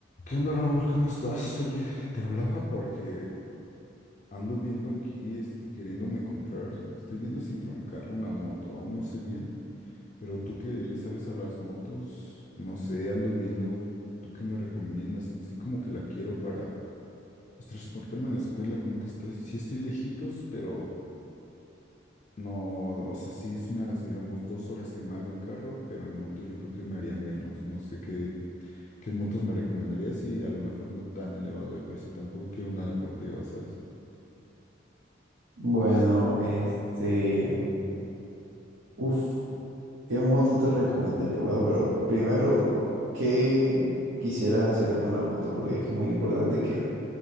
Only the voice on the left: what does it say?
¿Qué onda, Raúl? ¿Cómo estás? Oye, te hablaba porque ando viendo aquí, este, queriéndome comprar. Estoy viendo si entre un carro, una moto, aún no sé bien, pero tú que le sabes a las motos, no sé, ando viendo, ¿tú qué me recomiendas? En sí como que la quiero para pues, transportarme a la escuela, como que estoy, sí estoy lejitos, pero no, o sea, sí es unas, digamos, dos horas que me hago en carro, pero en moto yo creo que me haría menos. No sé qué ¿Qué motos me recomendarías? Y a lo mejor no tan elevado de precio. Tampoco quiero una deportiva, ¿sabes?